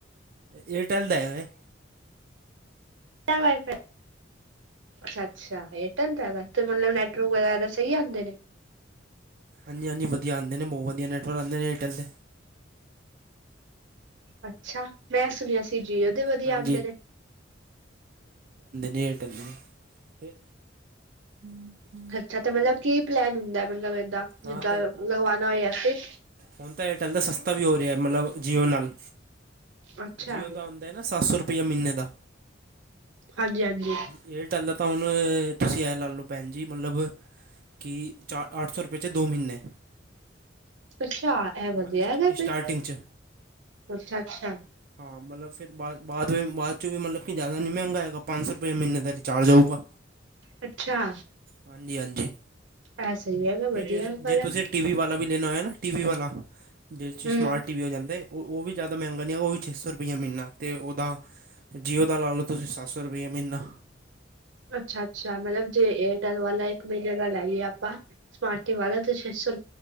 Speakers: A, on the right; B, on the right.
A: ਏਅਰਟੈਲ ਦਾ ਹੈ।
B: ਕਿਹੜਾ ਵਾਈਫਾਈ ਅੱਛ ਅੱਛਾ, ਏਅਰਟੈਲ ਤੇ ਹੈਗਾ ਮਤਲਬ ਨੈਟਵਰਕ ਵਗੈਰਾ ਸਹੀ ਆਉਂਦੇ ਨੇ।
A: ਹਾਂਜੀ ਹਾਂਜੀ, ਵਧੀਆ ਆਂਦੇ ਨੇ ਬਹੁ ਵਧੀਆ ਨੈਟਵਰਕ ਆਉਂਦੇ ਨੇ। ਏਅਰਟੈੱਲ ਦੇ
B: ਅੱਛਾ ਮੈਂ ਸੁਣਿਆ ਓਦੇ ਵਧੀਆ
A: ਹਾਂਜੀ
B: ਆਉਂਦੇ ਨੇ।
A: ਏਅਰਟੱਲ ਨੇ ਅਤੇ ਹਮ ਹਮ।
B: ਅੱਛਾ ਤੇ ਮਤਲਬ ਕੀ ਪਲੈਨ ਹੁੰਦਾ ਮਤਲਬ ਏਦਾਂ
A: ਹਾਂ
B: ਜਿੱਦਾਂ ਲਗਵਾਉਣਾ ਹੋਏੇ।
A: ਹੁਨ ਤਾਂ ਏਅਰਟੈੱਲ ਦਾ ਸਸਤਾ ਵੀ ਹੋ ਰਿਹਾ ਮਤਲਬ ਜੀਓ ਨਾਲ।
B: ਅੱਛਾ
A: ਜੀਓ ਦਾ ਆਉਦਾ ਹੈ ਨਾ ਸੱਤ ਸੌ ਰੁਪਈਆ ਮਹੀਨੇ ਦਾ।
B: ਹਾਂਜੀ ਹਾਂਜੀ
A: ਏਅਰ ਟਲ ਤਾਂ ਹੁਣ ਤੁਸੀਂ ਐ ਲਾ ਲੋ ਭੈਣ ਜੀ ਮਤਲਬ ਕਿ ਚਾਰ ਅੱਠ ਸੌ ਰੁਪਏ 'ਚ ਦੋ ਮਹੀਨੇ
B: ਅੱਛਾ ਇਹ ਵਧੀਆ
A: ਹਾਂ ਇਸਟ
B: ਗਾ
A: ਸਟਾਰਟਿੰਗ
B: ਫਿਰ
A: 'ਚ
B: ਅੱਛਾ ਅੱਛਾ।
A: ਹਾਂ ਮਤਲਬ ਫਿਰ ਬਾਦ ਬਾਅਦ ਬਾਅਦ ਚ ਵੀ ਮਤਲਬ ਕਿ ਜ਼ਿਆਦਾ ਨ ਨਹੀਂ ਮਹਿੰਗਾ ਹੈਗਾ ਪੰਜ ਸੌ ਰੁਪਇਆ ਮਹੀਨੇ ਦਾ ਰਿਚਾਰਜ ਹੋਊਗਾ।
B: ਅੱਛਾ,
A: ਹਾਂਜੀ ਹਾਂਜੀ,
B: ਐ ਸਹੀ ਹੈਗਾ ਵਧੀਆ
A: ਤੇ ਜੇ ਜੇ
B: ਗੱਲ ਹੈ
A: ਤੁਸੀਂ ਟੀ ਵੀ ਵਾਲਾ ਵੀ ਲੈਣਾ ਹੋਇਆ ਨਾ ਟੀ ਵੀ ਵਾਲਾ। <inaudible> ਜਿਵੇਂ
B: ਹੂੰ।
A: ਸਮਾਰਟ ਟੀ ਵੀ ਹੋ ਜਾਂਦੇ ਉਹ ਵੀ ਜ਼ਿਆਦਾ ਮਹਿੰਗਾ ਨਹੀਂ ਹੈਗਾ ਉਹ ਵੀ ਛੇ ਸੌ ਰੁਪਇਆ ਮਿਲਣਾ ਤੇ ਉਹਦਾ ਜੀਓ ਦਾ ਲਾ ਲਓ ਤੁਸੀਂ ਸੱਤ ਸੌ ਰੁਪਇਆ ਮਹੀਨਾ।
B: ਅੱਛਾ ਅੱਛਾ, ਮਤਲਬ ਜੇ ਏਅਰਟੈਲ ਵਾਲਾ ਇੱਕ ਮਹੀਨੇ ਦਾ ਲਾਈਏ ਆਪਾਂ ਸਮਾਰਟ ਟੀ ਵਾਲਾ ਤੇ ਛੇ ਸੌੁ